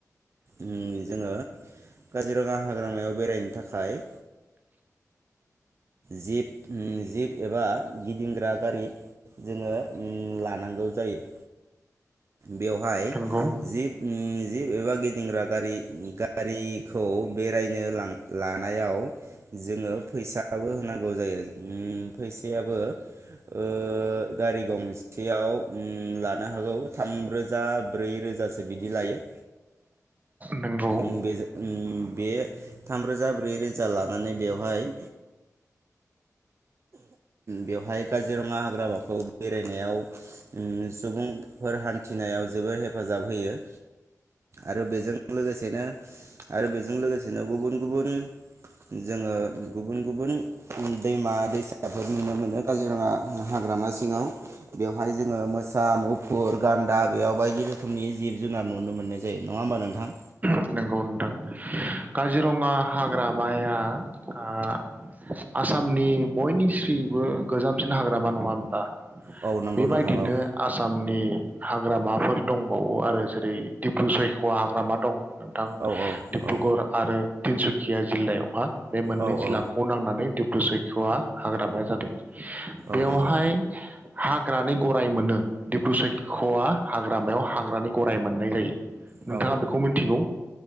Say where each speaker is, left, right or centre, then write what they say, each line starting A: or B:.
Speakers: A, on the right; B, on the right.
A: उम जोङो काजिरङा हाग्रामायाव बेरायनो थाखाय जिप उम जिभ एबा गिदिंग्रा गारि जोङो उम लानांगौ जायो। बेवहाय
B: नंगौ
A: जिभ उम जिभ एबा गिदिंग्रा गारि गारि खौ बेरायनो लां लानायाव जोङो फैसाबो होनांगौ जायो उम फैसायाबो ओ गारि गंसेयाव उम लानो हागौ थाम रोजा ब्रै रोजासो बिदि लायो
B: नंगौ
A: उम बे <unintelligible> बे थाम रोजा ब्रै रोजा लानानै बेवहाय बेवहाय काजिरङा हाग्रामाखौ बेरायनायाव उम सुबुंफोर हान्थिनायाव जोबोर हेफाजाब होयो आरो बेजों लोगोसेनो आरो बेजों लोगोसेनो गुबुन-गुबुन जोङो गुबुन-गुबुन दैमा-दैसाफोर नुनो मोनो काजिरङा हाग्रामा सिङाव बेवहाय जोङो मोसा, मुफुर, गान्दा बेयाव बायदि रोखोमनि जिब-जुनार नुनो मोननाय जायो। नङा होमबा नोंथां?
B: नोंगौ नोंथां काजिरङा हाग्रामाया ओ आसामनि बयनिस्रिबो गोजामसिन हाग्रामा नङा होमबा
A: औ नंगौ
B: बेबायदिनो
A: नोंथां औ
B: आसामनि हाग्रामाफोर दंबावो आरो जेरै डिब्रु सयख'वा हाग्रामा दं। थां
A: औ
B: डिब्रुगर
A: औ
B: आरो तिनसुकिया जिल्लायावहा बे मोननै
A: औ औ
B: जिल्ला <unintelligible> नांनानै डिब्रु सैख'वा हाग्रामाया जादों बेवहाय
A: औ नंगौ
B: हाग्रानि गराय मोनो डिब्रु सैख'वा हाग्रामायाव हाग्रानि गराय मोननाय जायो
A: औ
B: नोंथाङा बेखौ मिन्थिगौ